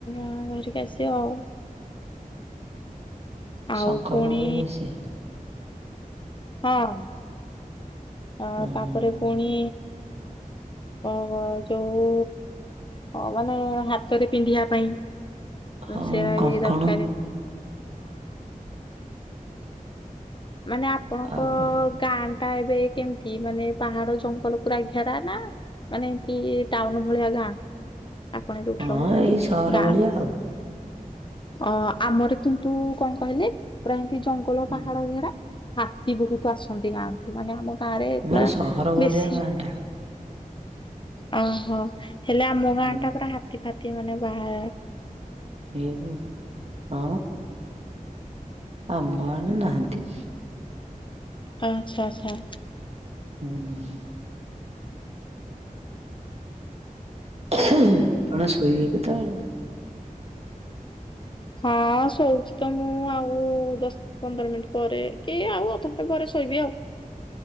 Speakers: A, on the left; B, on the right.
A: ଆ ଧରିକି ଆସିବ ଆଉ। ଆଉ
B: ଶଙ୍ଖ
A: ଫୁଣି
B: ଫଙ୍ଖ ବି ଆସେ।
A: ହଁ। ଅ
B: ଉଁ
A: ତାପରେ
B: ହୁଁ
A: ପୁଣି
B: <inaudible>
A: ଅ ହୋ ଯୋଉ ଅ ମାନେ ହାତରେ ପିନ୍ଧିବା ପାଇଁ
B: ହଁ
A: ସେରା
B: କଙ୍କଣ
A: ବି ଦରକାର। ମାନେ ଆପଣଙ୍କ
B: ଆଉ କଣ?
A: ଗାଁ ଟା ଏବେ କେମତି ମାନେ ପାହାଡ ଜଙ୍ଗଲ ପୁରା ଘେରା ନା ମାନେ ଏମତି ଟାଉନ ଭଳିଆ ଗାଁ। ଆପଣ ଏ ଯୋଉଠି
B: ହଁ
A: ରହୁଚନ୍ତି
B: ଏଇ ସହର
A: ଗାଁ।
B: ଭଳିଆ ଆଉ।
A: ଅ ଆମର କିନ୍ତୁ କଣ କହିଲେ ପୁରା ଏମତି ଜଙ୍ଗଲ
B: ହୁଁ
A: ପାହାଡ ଘେରା। ହାତୀ ବହୁତ ଆସନ୍ତି ଗାଁ କୁ ମାନେ ଆମ ଗାଁ ରେ
B: ଆମର
A: ପୁରା
B: ସହର ଭଳିଆ
A: ବେଶୀ।
B: ଗାଁ ଟା।
A: ଅ ହୋ ହେଲେ ଆମ ଗାଁ
B: ହୁଁ
A: ଟା ପୁରା ହା ତୀ ଫାତି ମାନେ ବାହା
B: ହେ ବୋଉ ହଁ ଆମ ଆଡେ ନାହାଁନ୍ତି।
A: ଆଚ୍ଛା ଆଚ୍ଛା।
B: ହୁଁ ହୁଁ। ଆପଣ ଶୋଇବେ କେତବଳେ?
A: ହଁ ଶୋଉଚି ତ ମୁଁ ଆଉ ଦସ୍ ପନ୍ଦର ମିନିଟ୍ ପରେ କି ଆଉ ଅଧଘଣ୍ଟା ପରେ ଶୋଇବି ଆଉ।